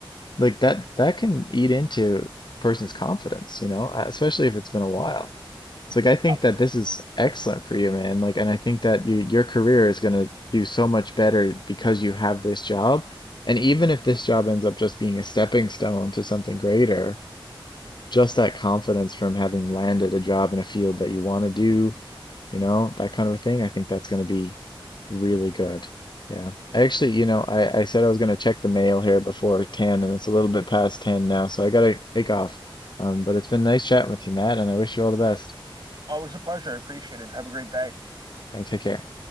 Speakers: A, on the left; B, on the right.
A: like that that can eat into a person's confidence, you know, Uh, especially if it's been a while. It's like I think
B: oh, for,
A: that this is excellent for you, man. Like, and I think that you, your career is going to do so much better because you have this job. And even if this job ends up just being a stepping stone to something greater, just that confidence from having landed a job in a field that you want to do, you know, that kind of a thing, I think that's going to be really good. Yeah. I actually, you know, I, I said I was going to check the mail here before 10, and it's a little bit past 10 now, so I got to take off. Um, but it's been nice chatting with you, Matt, and I wish you all the best.
B: always a pleasure. I appreciate it. Have a great day.
A: All right, take care.